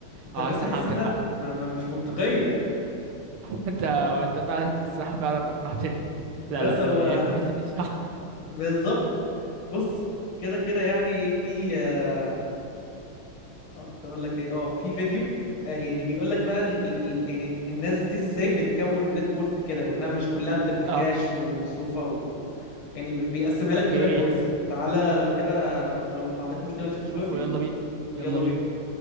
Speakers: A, on the left (about 75°); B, on the right (about 85°).
A: انت
B: اه
A: فاهم
B: صح
A: تحس
B: عندك
A: انها
B: حق
A: ما... ما مش منطقية
B: <laughs> انت انت فعلا الصراحه فعلا اقنعتني لا
A: بس
B: لا يعني
A: هو
B: هي البوينت دي صح
A: بالظبط بص كده كده يعني في آه آه، كنت اقول لك ايه اه في فيديو آه يعني بيقول لك بقى ال ال ال يعني الناس دي ازاي بتكون نت وورث كده وانها مش كلها بتبقى
B: <laughs>
A: كاش
B: اه
A: ومصروفه و و- يعني بيقسمها لك
B: اوكي
A: بطريقه كويسه تعالى لو كده لو ما عندكش مشكله نشوفه
B: شوفوا
A: دلوقتي
B: يلا بينا
A: يلا
B: يلا بينا
A: بينا